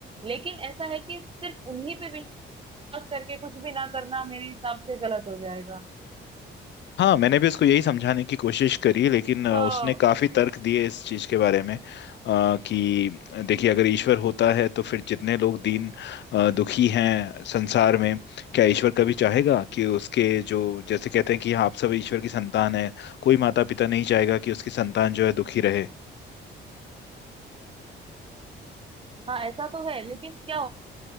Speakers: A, on the right; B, on the left.
A: लेकिन ऐसा है कि सिर्फ उन्हीं पे विश्वास करके कुछ भी ना करना मेरे हिसाब से गलत हो जाएगा
B: हाँ मैंने भी उसको यही समझाने की कोशिश करी लेकिन अ,
A: तो
B: उसने काफी तर्क दिए इस चीज के बारे में अ, कि देखिए अगर ईश्वर होता है तो फिर जितने लोग दीन अ, दुखी हैं संसार में क्या ईश्वर कभी चाहेगा कि उसके जो जैसे कहते हैं कि हाँ, आप सब ईश्वर की संतान है कोई माता पिता नहीं चाहेगा कि उसकी संतान जो है दुखी रहे
A: हाँ ऐसा तो है लेकिन क्या